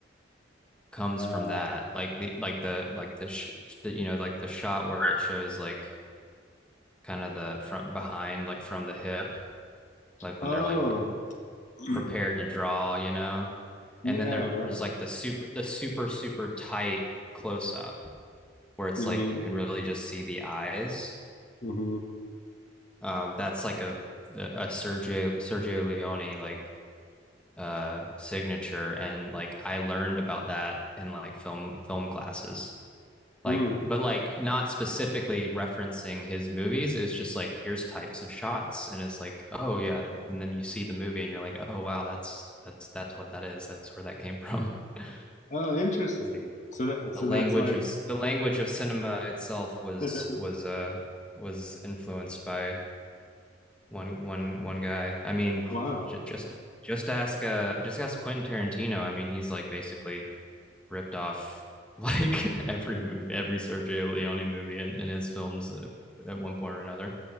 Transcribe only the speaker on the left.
Uh,
oh,
<clears throat>
yeah,
right.
Mm-hmm,
mm-hmm,
mm.
Oh, interesting.
So that
so
that's like,
<laughs>
wow.